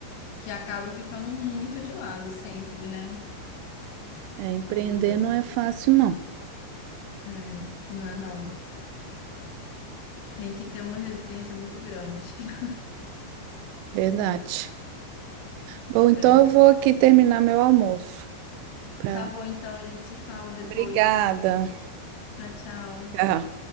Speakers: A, on the left (about 80°); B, on the right (about 90°).
A: que acaba ficando muito de lado sempre, né,
B: É, empreender
A: a vida,
B: não é fácil, não.
A: é, não é não. Tem que ter uma resiliência muito grande. <laughs>
B: Verdade. Bom, então
A: né?
B: eu vou aqui terminar meu almoço. Pra...
A: Tá bom, então, a gente se fala depois.
B: Obrigada.
A: Tchau, tchau.
B: Tchau.